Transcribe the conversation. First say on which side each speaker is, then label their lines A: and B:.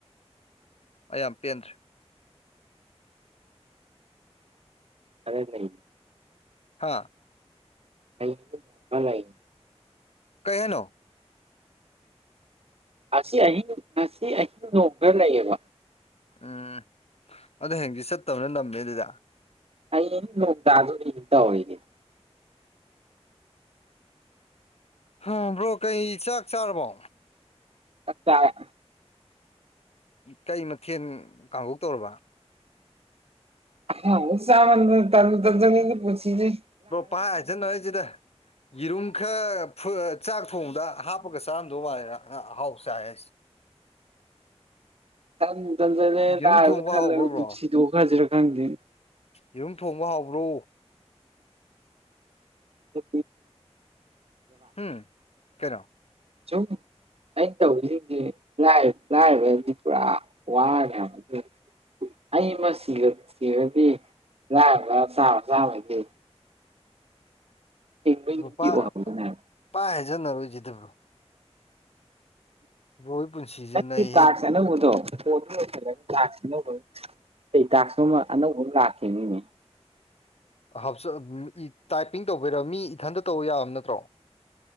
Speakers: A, on the left (about 65°); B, on the right (about 60°).
A: ꯑꯩ ꯌꯥꯝ ꯄꯦꯟꯗ꯭ꯔꯦ
B: ꯈꯔ ꯅꯩ
A: ꯍꯥꯥ
B: <unintelligible>
A: ꯀꯩ ꯍꯥꯏꯅꯣ
B: ꯑꯁꯤ ꯑꯍꯤꯡ ꯉꯁꯤ ꯑꯍꯤꯡ ꯅꯣꯡ ꯈꯔ ꯂꯩꯑꯕ
A: ꯎꯝ ꯑꯗꯨ ꯍꯌꯦꯡꯗꯤ ꯆꯠꯇꯕꯅ ꯅꯝꯃꯦ ꯑꯗꯨꯗꯤ
B: ꯍꯌꯦꯡꯗꯤ ꯅꯣꯡ ꯇꯥꯗꯧꯔꯤ ꯏꯇꯥꯎ ꯑꯩꯗꯤ
A: ꯍꯥ ꯕ꯭ꯔꯣ ꯀꯩ ꯆꯥꯛ ꯆꯥꯔꯕꯣ
B: ꯑꯆꯥꯥ
A: ꯀꯩ ꯃꯊꯦꯜ ꯀꯥꯡꯍꯣꯛ ꯇꯧꯔꯕ
B: ꯍ ꯁꯃ ꯇ ꯇꯖꯅꯤꯗꯤ ꯄꯨꯁꯤꯦ
A: ꯕꯣ ꯄꯥꯏ ꯍꯥꯏꯁꯦ ꯅꯣꯏ ꯁꯤꯗ ꯌꯦꯔꯨꯝ ꯈꯔ ꯆꯥꯛ ꯊꯣꯡꯗ ꯍꯥꯞꯄꯒ ꯆꯥꯔꯝꯗꯧ ꯃꯥꯂꯗ ꯑꯍꯥꯎ ꯆꯥꯏ ꯍꯥꯏꯁꯦ
B: ꯇꯟ ꯇꯟꯖꯂꯦ
A: ꯌꯦꯔꯨꯝ
B: ꯂꯥꯛꯑꯒ
A: ꯊꯣꯡꯕ
B: ꯈꯜꯂꯒ
A: ꯍꯥꯎꯕ꯭ꯔꯣ ꯕ꯭ꯔꯣ
B: ꯄꯨꯟꯁꯤꯗꯣ ꯈꯁꯤꯔꯥ ꯈꯪꯗꯦ
A: ꯏꯔꯨꯝ ꯊꯣꯡꯕ ꯍꯕ꯭ꯔꯣ
B: ꯄ
A: ꯎꯝ ꯀꯩꯅꯣ
B: ꯆ ꯑꯩꯅ ꯇꯧꯔꯤꯁꯤꯡꯁꯤ ꯂꯥꯏꯔꯕꯗꯤ ꯄꯨꯔꯥ ꯋꯥꯌꯥꯝ ꯑꯗꯨ ꯑꯩ ꯑꯃ ꯁꯤꯔꯗꯤ ꯂꯥꯏꯕ ꯆꯥꯕ ꯆꯥꯕꯗꯤ ꯍꯤꯡꯕꯒꯤ
A: ꯂꯨꯄꯥ
B: ꯂꯝꯕꯤ ꯑꯣꯏꯍꯧꯗꯣꯏꯅꯦ
A: ꯂꯨꯄꯥ
B: ꯍꯥꯏꯕ
A: ꯍꯥꯏꯖꯟꯅꯔꯣꯏꯁꯤꯗꯕ꯭ꯔꯣ ꯕꯣꯏ ꯄꯨꯟꯁꯤꯁꯤꯦ ꯅꯌꯦ
B: ꯁꯤ ꯇꯥꯛꯁ ꯑꯅꯧꯕꯗꯣ ꯂꫭꯏꯗꯤ ꯇꯥꯛꯁ ꯑꯅꯧꯕ ꯀꯩ ꯇꯥꯛꯁ ꯅꫭꯃ ꯑꯅꯧꯕ ꯑꯃ ꯂꯥꯛꯈꯤꯕꯅꯤꯅꯦ
A: ꯑꯥ ꯍꯥꯞꯆ ꯃꯤ ꯇꯥꯏꯄꯤꯡ ꯇꯧꯕꯤꯔ ꯃꯤ ꯏꯊꯟꯇ ꯇꯧꯕ ꯌꯥꯕ ꯅꯠꯇ꯭ꯔꯣ